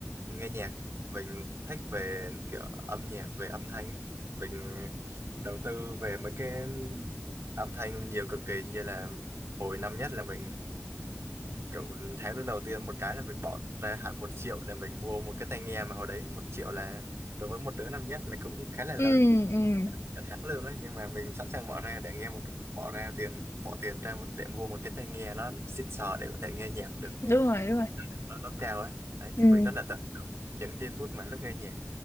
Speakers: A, on the right (about 80°); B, on the left (about 80°).
A: nghe nhạc mình thích về kiểu âm nhạc về âm thanh mình đầu tư về mấy cái âm thanh nhiều cực kỳ như là hồi năm nhất là mình kiểu tháng lúc đầu tiên một cái là mình bỏ ra hẳn một triệu để mình mua một cái tai nghe mà hồi đấy một triệu là đối với một đứa năm nhất là cũng khá là lớn
B: ừ, ừ,
A: cả tháng lương đấy nhưng mà mình sẵn sàng bỏ ra để nghe một cái, bỏ ra tiền bỏ tiền ra một, để mua một cái tai nghe nó xịn sò để có thể nghe nhạc được
B: đúng rồi, đúng rồi.
A: nó, nó cao ấy đấy,
B: Ừ,
A: thì mình rất là tận hưởng những giây phút mà lúc nghe nhạc